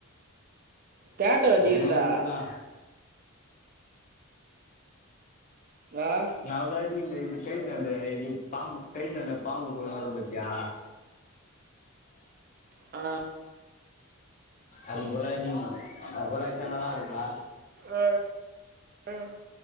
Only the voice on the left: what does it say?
ஒன்னு ஒண்ணுதா
நவ தாடி இந்த இது கைத்தாண்ட இது பாம்பு கைத்தாண்ட பாம்பு போல வரு பத்தியா
அது போல அடி நீ அது போலயட்ச்சா நல்லா இருக்கோல